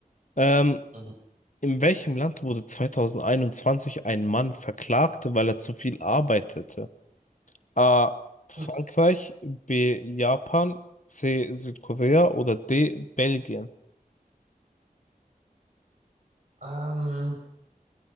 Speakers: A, on the left; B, on the right.
A: Ähm,
B: Mhm.
A: In welchem Land wurde 2021 ein Mann verklagt, weil er zu viel arbeitete? A. Frankreich,
B: Hm.
A: B. Japan, C. Südkorea oder D. Belgien?
B: Ähm,